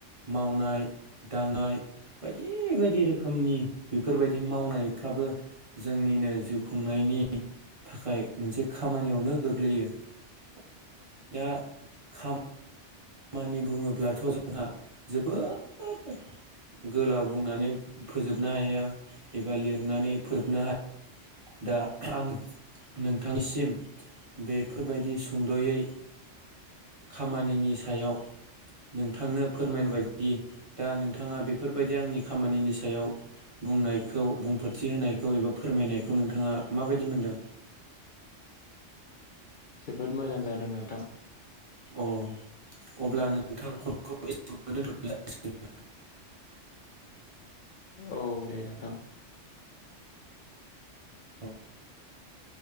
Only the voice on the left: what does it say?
जोबोद मोजां जादों नोंथां
औ दे नोंथां